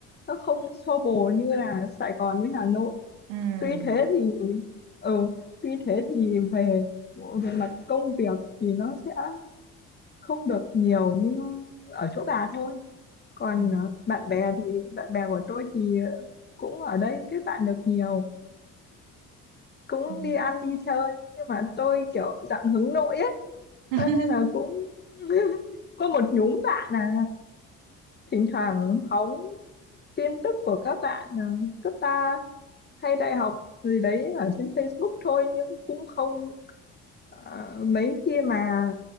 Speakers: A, on the left (about 25°); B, on the right (about 85°).
A: nó không xô bồ như là Sài Gòn với Hà Nội
B: Ừ.
A: tuy thế thì ừ, tuy thế thì về về mặt công việc thì nó sẽ không được nhiều như ở chỗ bà thôi còn
B: Ừ.
A: ờ, bạn bè thì bạn bè của tôi thì ờ, cũng ở đây kết bạn được nhiều cũng
B: Ừ.
A: đi ăn đi chơi nhưng mà tôi kiểu dạng hướng nội ấy
B: <laughs>
A: cho nên là cũng <laughs> có một nhóm bạn à thỉnh thoảng hóng tin tức của các bạn à, cấp 3 hay đại học gì đấy ở trên Facebook thôi nhưng cũng không ờ, mấy khi mà